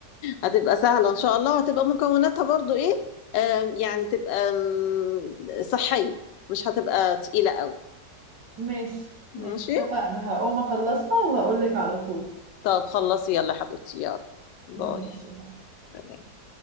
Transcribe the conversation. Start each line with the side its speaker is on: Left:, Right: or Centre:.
Left: هتبقى سهلة إن شاء الله وهتبقى مكوناتها برضو إيه آم، يعني تبقى آم، صحية مش هتبقى تقيلة قوي
Right: ماشي
Left: ماشي
Right: ماشي اتفقنا هقوم اخلصها وهقولك على طول
Left: طب خلصي يلا يا حبيبتي يلا باي
Right: ماشي
Left: سلام.